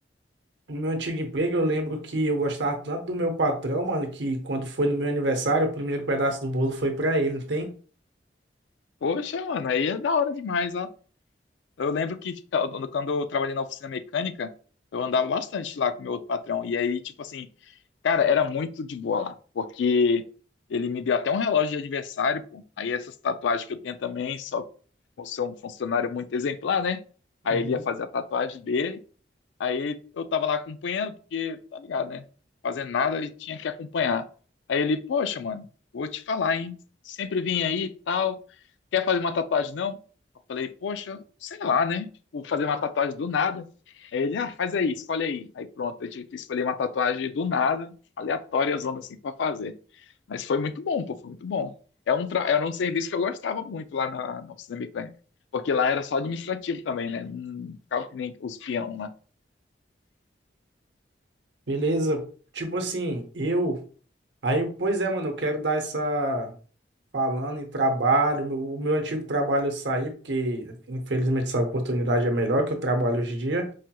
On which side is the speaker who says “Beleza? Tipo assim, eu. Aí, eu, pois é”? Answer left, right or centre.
Right